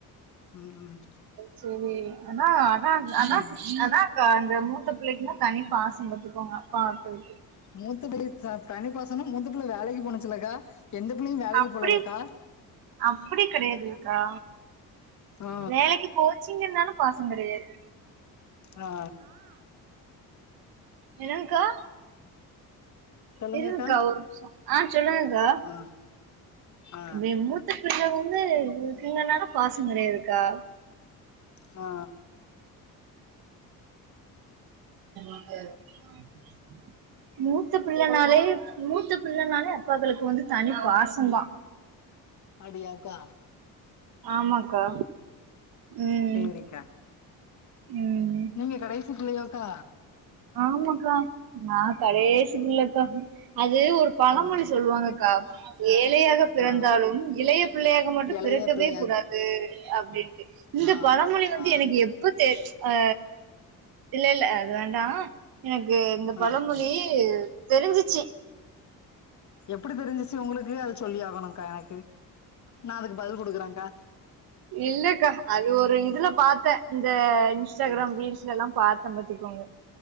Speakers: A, on the left (about 50°); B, on the right (about 75°).
A: ம் ம்
B: செரி அனா அனா அனா
A: ம்
B: அனா கா அந்த மூத்த பிள்ளைக்குன்னா தனி பாசோ பத்துக்கோங்க அப்பாக்களுக்கு
A: மூத்தபிள்ளய த தனிப்பாசன மூத்த பிள்ள வேலைக்கு போனுச்சுல்லக்கா எந்த பிள்ளையு வேலைக்கு
B: அப்டி
A: போலயில்லக்கா
B: அப்டி கெடையாதுக்கா
A: ஆ
B: வேலைக்கு போச்சிங்கநாலு பாச கெடையாது
A: ஆ
B: என்னங்க்கா
A: சொல்லுங்கக்கா
B: இருங்ககா ஒரு நிம்ஷா ஆ சொல்லுங்கக்கா
A: ஆ ஆ
B: அப்ப ஏ மூத்த பிள்ள வந்து இருக்குங்கனால பாசோ கெடையாதுக்கா
A: ஆ
B: <inaudible> மூத்த பிள்ளனாலே மூத்த பிள்ளனாலே அப்பாக்களுக்கு வந்து தனி பாசந்தா
A: அடியாக்கா
B: ஆமாக்கா ம்
A: சேரிக்கா
B: ம் ம்
A: நீங்க கடைசி பிள்ளையாக்கா
B: ஆமாக்கா நா கடைசி பிள்ளக்கா அது ஒரு பழமொழி
A: ம்
B: சொல்லுவாங்கக்கா ஏழயாக பிறந்தாலு
A: ஆ
B: இளைய பிள்ளையாக மட்டு
A: எளைய
B: பிறக்கவே
A: பிள்ளையா
B: கூடாது அப்டின் இந்த
A: ஆ
B: பழமொழி வந்து
A: ஆ
B: எனக்கு எப்ப தெ ஆ இல்லல்ல அது வேண்டா எனக்கு இந்த பழமொழி
A: ஆ
B: தெரிஞ்சிச்சி
A: எப்படி தெரிஞ்சிச்சு உங்களுக்கு அது சொல்லி ஆகணுங்க்கா எனக்கு நா அதுக்கு பதில் குடுக்கறங்க்கா
B: இல்லக்கா அது ஒரு இதுல பாத்த இந்த இன்ஸ்டாகிராம்
A: ம்
B: ரீல்ஸ்ல எல்லா பாத்த பத்துக்கோங்க